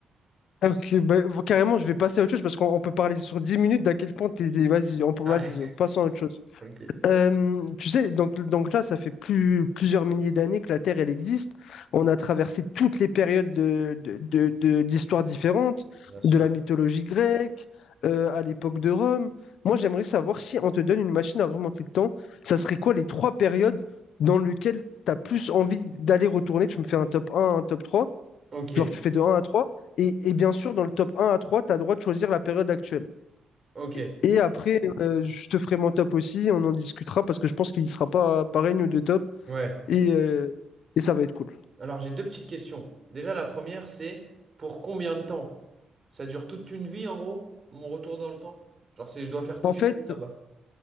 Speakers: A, on the left (about 80°); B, on the right (about 30°).
A: avec- bah, carrément, je vais passer à autre chose parce qu'on on peut parler sur 10 minutes d'à quel point t'es. t'es- Vas-y, on peut-
B: Arrête.
A: vas-y, passons à autre chose.
B: <laughs> Ok.
A: Euh, tu sais, donc, donc là, ça fait plus, plusieurs milliers d'années que la Terre, elle existe. On a traversé toutes les périodes de, de, de- de- d'histoires différentes,
B: Bien sûr.
A: de la mythologie grecque, euh, à l'époque de Rome. Moi, j'aimerais savoir si on te donne une machine à remonter le temps, ça serait quoi les trois périodes dans lesquelles tu as plus envie d'aller retourner? Tu me fais un top un, un top 3.
B: Ok.
A: genre tu fais de un à 3. Et, et bien sûr, dans le top un à 3, tu as le droit de choisir la période actuelle.
B: Ok.
A: Et et après, euh, je te ferai mon top aussi, on en discutera parce que je pense qu'il ne sera pas pareil, nous deux top,
B: Ouais.
A: et, euh, et ça va être cool.
B: Alors, j'ai deux petites questions. Déjà, la première, c'est pour combien de temps? Ça dure toute une vie, en gros, mon retour dans le temps? Genre, c'est je dois faire toute
A: En fait,
B: une vie là-bas.